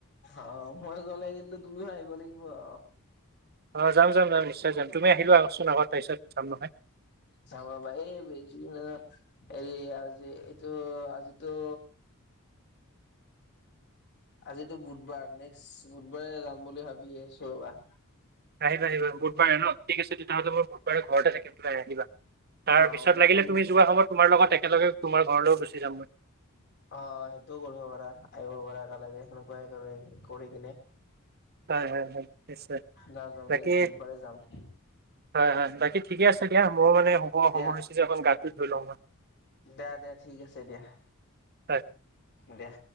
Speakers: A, on the left (about 55°); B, on the right (about 45°).
A: অ', মই গ'লে কিন্তু তুমিও আহিব লাগিব অ'।
B: অ', যাম, যাম, যাম, নিশ্চয় যাম। তুমি আহি লোৱা আগত চোন আগত তাৰপিছত যাম নহয়।
A: চাও ৰবা, এই <unintelligible> হেৰি আজি এইটো আজিতো আজিতো বুধবাৰ, নেক্স বুধবাৰে যাম বুলি ভাবি আছোঁ ৰবা।
B: আহিবা আহিবা বুধবাৰে ন, ঠিক আছে তেতিয়াহ'লে মই বুধবাৰে ঘৰতে থাকিম তুমি আহিবা। তাৰপিছত
A: অ' মানে
B: লাগিলে
A: ফোন
B: তুমি যোৱা সময়ত তোমাৰ লগত একেলগে তোমাৰ ঘৰলৈও গুচি যাম মই।
A: অ', সেইটোও কৰিব পাৰা, আহিব পাৰা একেলগে, সেনেকুৱাই ক কৰি কিনে।
B: হয়, হয়, হয়। নিশ্চয়
A: নাযাওঁ,
B: বাকী
A: নেক্স বুধবাৰে যাম।
B: হয় হয়, বাকী ঠিকেই আছে দিয়া, মোৰ মানে শুব
A: দিয়া
B: সময় হৈছে যে, অকণ গাটো ধুই লওঁ মই।
A: দিয়া দিয়া, ঠিক আছে দিয়া,
B: মই।
A: দিয়া।